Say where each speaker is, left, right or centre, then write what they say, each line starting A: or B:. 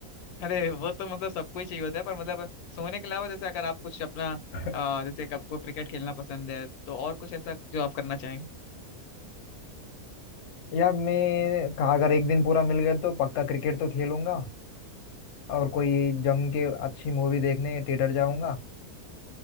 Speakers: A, on the left; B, on the left.
A: अरे वो तो मतलब सबको ही चाहिए होता है पर मतलब सोने के अलावा जैसे अगर आप कुछ अपना
B: <laughs>
A: अ, जैसे कि आपको क्रिकेट खेलना पसंद है तो और कुछ ऐसा जो आप करना चाहेंगे
B: यार मैं कहा अगर एक दिन पूरा मिल गया तो पक्का क्रिकेट तो खेलूंगा और कोई जम के अच्छी मूवी देखने थिएटर जाऊंगा